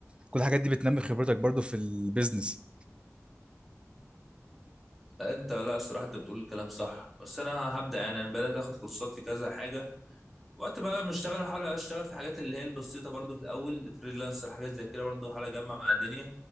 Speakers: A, on the right (about 20°); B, in the centre.
A: كل الحاجات دي بتنمي خبرتك برضو في البيزنس
B: انت لا الصراحه انت بتقول الكلام صح بس انا هبدا يعني انا بدات اخد كورسات في كذا حاجه وقت بقى ما اشتغل احاول اشتغل في حاجات اللي هي البسيطه برضو في الاول فريلانسر حاجات زي كده برضو احاول اجمع مع الدنيا